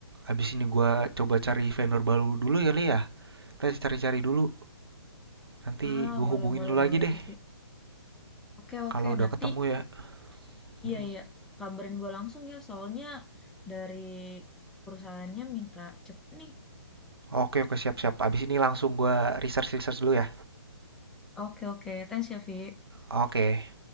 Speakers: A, on the right; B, in the centre.
A: abis ini gua coba cari vendor baru dulu kali ya? Kita cari-cari dulu, nanti
B: Ah,
A: gua
B: boleh
A: hubungin
B: boleh
A: lu lagi
B: boleh
A: deh
B: tuh sih. Oke oke
A: kalau udah
B: nanti
A: ketemu ya,
B: iya
A: mhm.
B: iya kabarin gue langsung ya soalnya dari perusahaannya minta cepet nih.
A: Oke, oke, siap, siap. Abis ini langsung gue research-research dulu ya.
B: Oke oke, thanks ya Vi.
A: Oke.